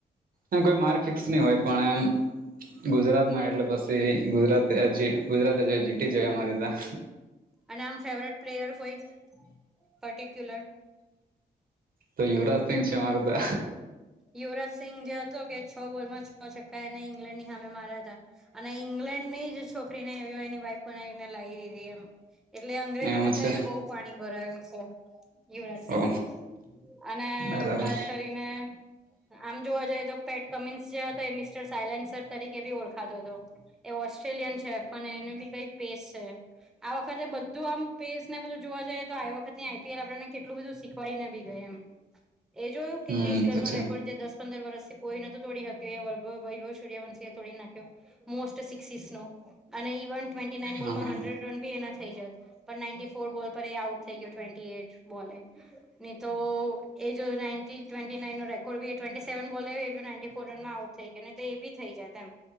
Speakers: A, on the right; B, in the centre.
A: એ કોઈ મારી ફિક્સ નહી હોય પણ એમ ગુજરાત માં એટલે પછી ગુજરાત ગુજરાત જો જીતી જઈએ અમારે ત્યાં.
B: અને આમ ફેવરેટ પ્લેયર કોઈ પર્ટિક્યુલર?
A: તો યુવરાજસિંંગ છે અમારે તો.
B: યુવરાજસિંંગ જે હતો કે છ બોલમાં છક્કા એને ઈંગ્લેન્ડ ની હામે માર્યા હતા. અને ઈંગ્લેન્ડ ની જ છોકરી ને આવ એની વાઈફ બનાવીને લાવી દીધી એમ. એટલે અંગ્રેજોને
A: એવું
B: તો
A: છે
B: એને બહું પાણી ભરાવે છે. યુવરાજ સિંઘે
A: ઓ
B: અને
A: બરાબર
B: ખાસ કરીને આમ જોવા જઈએ તો પેટ કમિન્સ જે હતો એ મિસ્ટર સાયલેન્સર તરીકે કે ભી ઓળખાતો હતો એ ઓસ્ટ્રેલિયન છે પણ એનું બી કઈક પેસ છે. આ વખતે બધું આમ પેસ ને બધું જોવા જઈએ તો આ વખત આઈપીએલ આપેને કેટલું બધું શીખવાડી ને બી ગઈ એમ. એ જોયું કે
A: હમ
B: ક્રિસ ગેલ
A: તો
B: નો
A: છે
B: રે જે દસ પંદર વર્ષથી કોઈ ન તોડી હક્યું એ વભ વૈભવ સૂર્યવંશી એ તોડી નાખ્યો. મોસ્ટ સિક્સીસ નો અને ઇવન ટ્વેન્ટી નાઇન બોલમાં
A: હા
B: હંડ્રેડ રન બી એના થઈ જત પણ નાન્ટી ફોર બોલ પર એ આઉટ થઈ ગયો ટ્વેન્ટી એટ બોલે. નહી તો એજ ટ્વેન્ટી નાઈનો કો બી ટ્વેન્ટી સેવન બોલે એ નાન્ટી ફોર રનમાં આઉટ થઈ ગયોને તો એ બી થઈ જાય તેમ